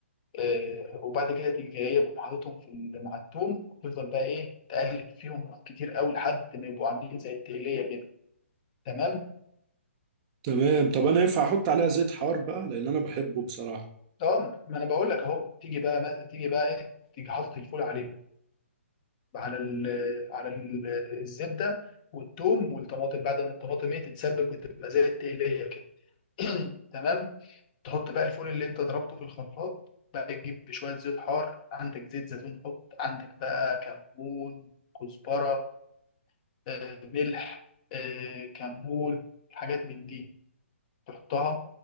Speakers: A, on the left; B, on the right.
A: آه، وبعد كده تيجي جايبهم حاططهم في ال- مع التوم وتفضل بقى ايه تقلب فيهم كتير قوي لحد ما يبقوا عاملين زي التقلية كده تمام
B: تمام طب انا ينفع احط عليها زيت حار بقى لان انا بحبه بصراحه
A: اه ما انا بقول لك اهو تيجي بقى ما تيجي بقى ايه تيجي حاطط الفول عليهم على ال على ال الزبده والثوم والطماطم بعد ما الطماطم ايه تتسبك وتبقى زي التقليه كده <clears throat> تمام تحط بقى الفول اللي انت ضربته في الخلاط بقى تجيب شويه زيت حار عندك زيت زيتون حط عندك بقى كمون كزبره آه، ملح آه، كمون حاجات من دي تحطها